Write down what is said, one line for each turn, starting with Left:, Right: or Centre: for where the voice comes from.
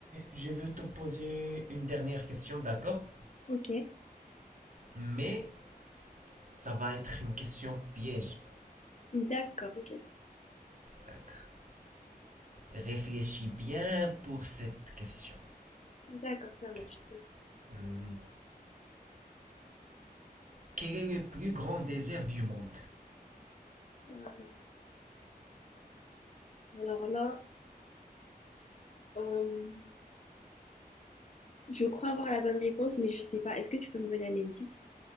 Right: je veux te poser une dernière question, d'accord?
Left: Ok.
Right: Mais ça va être une question piège,
Left: D'accord, ok.
Right: d'accord? Réfléchis bien pour cette question.
Left: D'accord, ça
Right: Ok.
Left: marche.
Right: Hmm, Quel est le plus grand désert du monde?
Left: Euh, alors là, euh, je crois avoir la bonne réponse, mais je sais pas. Est-ce que tu peux me donner un indice?